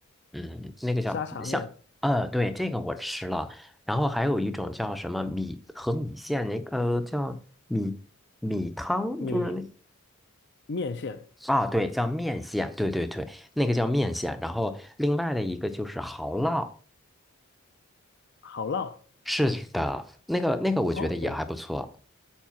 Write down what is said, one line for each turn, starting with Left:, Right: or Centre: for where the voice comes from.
Centre: 嗯，那个叫像，
Left: 沙茶面、
Centre: 呃，对，这个我吃了。然后还有一种叫什么米和米线，那个呃叫米米汤，
Left: 米
Centre: 就是那。
Left: 面线、
Centre: 啊，对，叫面线，对对对，那个叫面线。然后另外的一个就是蚝烙，
Left: 好烙
Centre: 是的，那个那个我觉得也还不错，
Left: ？OK，